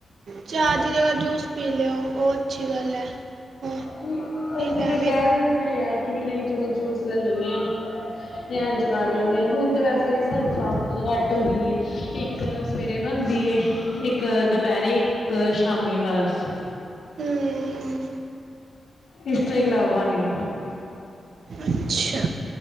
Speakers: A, on the right (about 60°); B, on the left (about 70°).
A: ਚਾਹ ਦੀ ਜਗ੍ਹਾ ਜੂਸ ਪੀ ਲਿਓ ਉਹ ਅੱਛੀ ਗੱਲ ਹੈ। ਹੋਰ
B: ਕਿ
A: ਠੀਕ
B: ਅਸੀਂ
A: ਹੈ
B: ਤਾਂ
A: ਨਹੀਂ
B: ਕਹਿ ਦਿੰਦੇ ਆ ਕਿ ਵੀ ਨਹੀਂ ਚਲੋ ਜੂਸ ਲੈ ਲੈਦੇ ਹਾ। ਯਾ ਇੰਜ ਕਰ ਲੈੇ ਹੁਣ ਤਾਂ ਵੈਸੇ ਵੀ ਸਾਡੀ ਚਾਹ ਬਹੁਤ ਘੱਟ ਹੋਗੀ ਏ ਇੱਕ ਸਵੇਰੇ ਬਣਦੀ ਇੱਕ ਦੁਪਹਿਰੇ ਸ਼ਾਮੀ ਬਸ
A: ਹੂੰ।
B: ਇਸ ਤੋਂ ਇਲਾਵਾ ਨੀ
A: ਅੱਛਾ